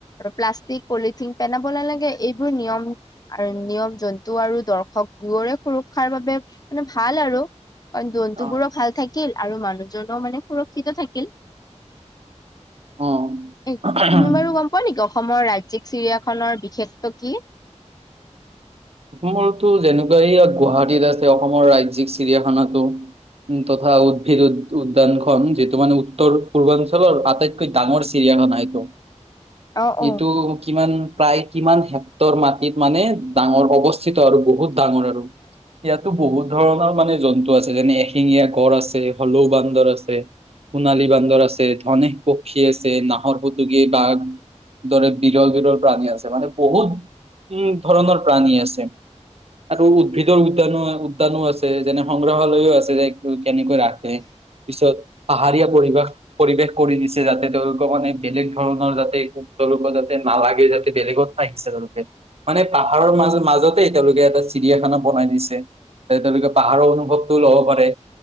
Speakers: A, on the left (about 30°); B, on the right (about 55°).
A: প্লাষ্টিক পলিথিন পে নালাগে এইবোৰ নিয়ম আৰু নিয়ম জন্তু আৰু দৰ্শক দুয়ৰে সুৰক্ষাৰ বাবে মানে ভাল আৰু কাৰণ জন্তুবোৰো
B: অ
A: ভাল থাকিল আৰু মানুহজনও মানে সুৰক্ষিত থাকিল।
B: অ'
A: এ তুমি বাৰু গম পোৱা অসমৰ ৰাজ্যিক চিৰিয়াখনৰ বিশেষটো কি?
B: অসমতো যেনেকুৱা ইয়াত গুৱাহাটীত আছে অসমৰ ৰাজিক চিৰিয়াখানাতো। উম, তথা উদ্ভিদ উ উ যোনখন যিটো মান উত্তৰ পূৰ্বাঞ্চলৰ আটাইতকৈ ডাঙৰ চিৰিয়াখানা এইটো।
A: অ অ উ
B: এইটো কিমান প্ৰায় কিমান হেক্টৰ মাটিত মানে ডাঙৰ অৱস্থিত আৰু বহুত ডাঙৰ আৰু ইয়াতো বহুত ধৰণৰ মানে জন্তু আছে। যেনে এশিঙীয়া গড় আছে, হলৌ বান্দৰ আছে। সোণালী বান্দৰ আছে, ধনেক পক্ষী আছে, নাহৰ ফুটুকী বাঘ দৰে বিৰল বিৰল প্ৰাণী আছে মানে বহুত উম ধৰণৰ প্ৰাণী আছে। আৰু উদ্ভিদৰ উদ্যানো উদ্যানো আছে যেনে সংগ্ৰহালয়ো আছে যে। কেনেকৈ ৰাখে পিছত পাহাৰীয়া পৰিৱেশ পৰিৱেশ কৰি দিছে যাতে তেওঁলোকক মানে বেলেগ ধৰণৰ যাতে তেওঁলোকৰ যাতে নালাগে। বেলেগত ন আহিছে তেওঁলোকে মানে আৰু মাজ মাজতে তেওঁলোকে এটা চিৰিয়াখানা বনাই দিছে তেওঁলোকে পাহাৰৰ অনুভৱ ল'ব পাৰে,